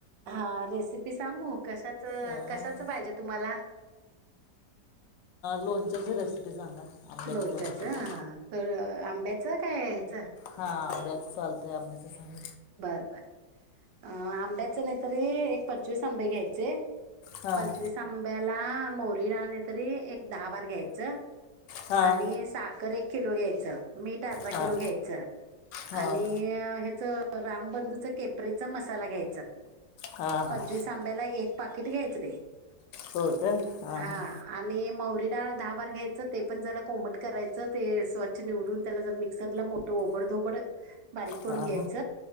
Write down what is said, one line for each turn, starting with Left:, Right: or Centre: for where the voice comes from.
Right: हा रेसिपी सांगू कशाच
Left: अं,
Right: कशाच पाहिजे तुम्हाला
Left: लोणच्याची रेसिपी सांगा आंब्याच्या
Right: लोचाच
Left: लोणच्याची
Right: हा आंब्याचं काय ह्याच
Left: हा आंब्याच चालतय आंब्याच सांग
Right: बर बर आंब्याच नाहीतरी एक पंचवीस आंबे घ्यायचे
Left: हां
Right: पंचवीस आंब्याला मोरी ालणे तरी एक दहा बार घ्यायचं
Left: हां
Right: आणि साखर एक किलो घ्यायचं मीठ अर्धा
Left: हां
Right: किलो घ्यायचं
Left: हां
Right: आणि ह्याच रामबंधूचा केपरेचा मसाला घ्यायचा
Left: हां हां
Right: पंचवीस आंब्याला एक पाकिट घ्यायचं रे
Left: होय का हां
Right: हा
Left: हां
Right: आणि मौवरी डाळ दहा बार घ्यायचं ते पण जरा कोमट करायचं ते स्वच्छ निवडून त्याला जर मिक्सरला मोठ तो ओबड धोबड बारीक करून
Left: हां
Right: घ्यायच